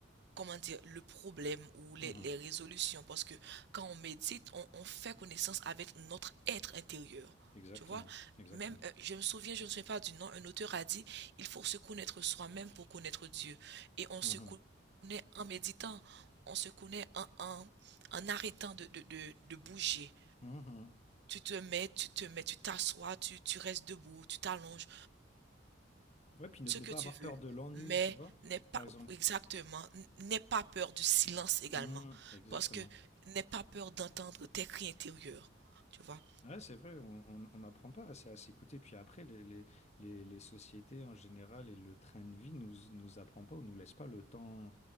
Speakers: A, on the right (about 60°); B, on the left (about 35°).
A: comment dire, le problème ou les,
B: Mmh
A: les résolutions. Parce que quand on médite, on, on fait connaissance avec notre être intérieur.
B: Exactement,
A: Tu vois,
B: exactement.
A: même, euh, je me souviens, je ne me souviens pas du nom, un auteur a dit, il faut se connaître soi-même pour connaître Dieu. Et on
B: Mhm,
A: se connaît en méditant, on se connaît en, en, en arrêtant de, de, de, de bouger.
B: mhm.
A: Tu te mets, tu te mets, tu t'assois, tu, tu restes debout, tu t'allonges,
B: Ouais, puis ne,
A: ce
B: ne
A: que
B: pas
A: tu
B: avoir
A: veux,
B: peur de l'ennui,
A: mais
B: tu vois,
A: n'aie pas
B: par exemple.
A: exactement, n'aie pas peur du silence également,
B: Mhm, exactement.
A: parce que n'aie pas peur d'entendre tes cris intérieurs, tu vois.
B: Ouais, c'est vrai, on on- on n'apprend pas assez à s'écouter. Puis après, les, les, les, les sociétés en général et le train de vie nous, nous apprend pas ou nous laisse pas le temps